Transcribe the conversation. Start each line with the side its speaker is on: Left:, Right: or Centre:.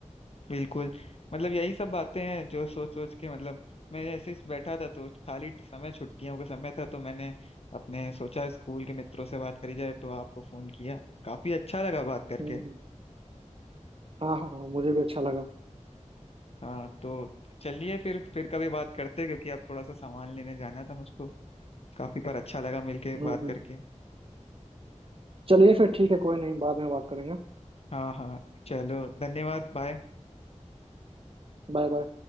Left: बिल्कुल मतलब यही सब बातें हैं जो सोच सोच के मतलब मैं ऐसे ही बैठा था तो खाली समय छुट्टियों का समय था तो मैंने अपने सोचा स्कूल के मित्रों से बात करी जाए तो आपको फोन किया काफी अच्छा लगा बात करके
Right: हम्म हम्म। हाँ हाँ हाँ मुझे भी अच्छा लगा
Left: हाँ तो चलिए फिर फिर कभी बात करते हैं, क्योंकि अब थोड़ा सा सामान लेने जाना था मुझको काफी पर अच्छा लगा मिलके
Right: हम्म
Left: बात
Right: हम्म
Left: करके
Right: चलिए फिर ठीक है कोई नहीं बाद में बात करेंगे
Left: हाँ हाँ चलो धन्यवाद बाय
Right: Bye bye